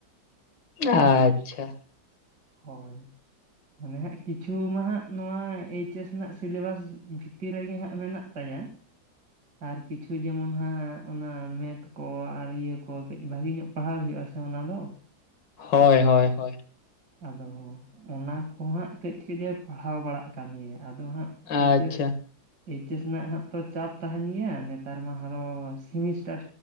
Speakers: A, on the left; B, on the right.
A: ᱟᱪᱪᱷᱟ
B: ᱦᱳᱭ ᱢᱟᱱᱮ ᱦᱟᱸᱜ ᱠᱤᱪᱷᱩᱢᱟ ᱦᱟᱜ ᱱᱚᱣᱟ ᱮᱭᱤᱪ ᱮᱥ ᱨᱮᱱᱟᱜ ᱥᱤᱞᱮᱵᱟᱥ ᱵᱷᱤᱛᱤᱨ ᱨᱮᱜᱮ ᱦᱟᱸᱜ ᱢᱮᱱᱟᱜ ᱛᱟᱭᱟ ᱟᱨ ᱠᱤᱪᱷᱩ ᱡᱮᱢᱚᱱ ᱦᱟᱸᱜ ᱚᱱᱟ ᱢᱮᱛ ᱠᱚ ᱟᱨ ᱤᱭᱟᱹ ᱠᱚ ᱠᱟᱹᱡ ᱵᱷᱟᱜᱮ ᱧᱚᱜ ᱯᱟᱲᱦᱟᱣ ᱦᱩᱭᱩᱜᱼᱟ ᱥᱮ ᱚᱱᱟ ᱫᱚ
A: ᱦᱳᱭ ᱦᱳᱭ ᱦᱳᱭ,
B: ᱟᱫᱚ ᱚᱱᱟ ᱠᱚᱦᱟᱸᱜ ᱠᱟᱹᱡ ᱠᱟᱹᱡ ᱮ ᱯᱟᱲᱦᱟᱣ ᱵᱟᱲᱟᱜ ᱠᱟᱱ ᱜᱮᱭᱟ, ᱟᱫᱚ ᱦᱟᱸᱜ
A: ᱟᱪᱪᱷᱟ
B: ᱴᱤᱪᱟᱹᱥ ᱮᱭᱤᱪ ᱮᱥ ᱨᱮᱱᱟᱜ ᱦᱟᱸᱜ ᱛᱚ ᱪᱟᱯ ᱛᱟᱦᱮᱱ ᱜᱮᱭᱟ, ᱱᱮᱛᱟᱨ ᱢᱟ ᱟᱨᱦᱚᱸ ᱥᱮᱢᱤᱥᱴᱟᱨ